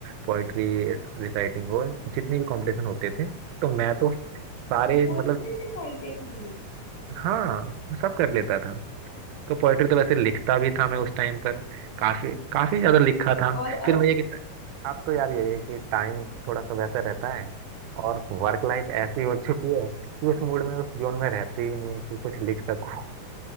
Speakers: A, on the right (about 85°); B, on the left (about 50°).
A: पोइट्री रिसाइटिंग हो जितने भी कॉम्पिटिशन होते थे तो मैं तो सारे
B: पोइट्री
A: मतलब
B: रिसाइटिंग भी
A: हाँ सब कर लेता था तो पोइट्री तो वैसे लिखता भी था मैं उस टाइम पर काफी काफी ज्यादा लिखा था
B: और अब
A: फिर मुझे कि आप तो यार ये है कि टाइम थोड़ा सा वैसा रहता है और वर्क लाइफ ऐसी हो चुकी है कि उस मूड में उस जोन में रहते ही नहीं है कि कुछ लिख सकूं